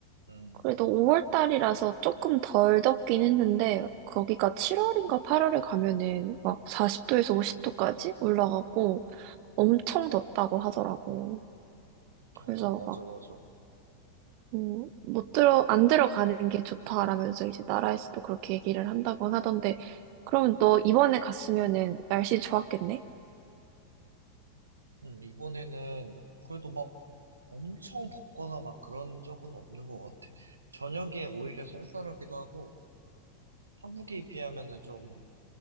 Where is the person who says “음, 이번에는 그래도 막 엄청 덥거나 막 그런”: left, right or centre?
Right